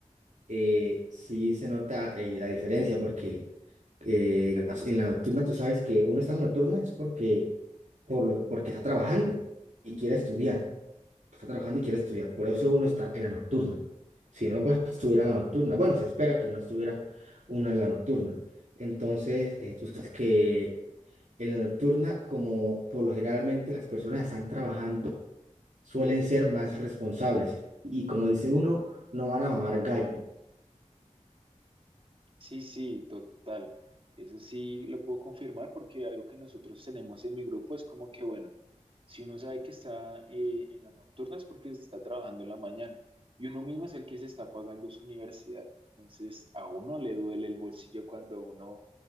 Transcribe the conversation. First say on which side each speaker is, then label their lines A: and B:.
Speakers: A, on the right; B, on the right.
A: eh, sí se nota eh, la diferencia porque eh, digamos, en la nocturna tú sabes que uno está en la nocturna es porque, por lo- porque está trabajando y quiere estudiar, está trabajando y quiere estudiar, por eso uno está en la nocturna. Si no, pues estuviera en la nocturna, bueno, se espera que no estuviera uno en la nocturna. Entonces, eh, tú sabes que en la nocturna, como por lo generalmente las personas están trabajando, suelen ser más responsables y como dice uno, no van a mamar gallo.
B: Sí, sí, total. Eso sí lo puedo confirmar porque algo que nosotros tenemos en mi grupo es como que, bueno, si uno sabe que está eh, en las nocturnas es porque está trabajando en la mañana y uno mismo es el que se está pagando su universidad. Entonces, a uno le duele el bolsillo cuando a uno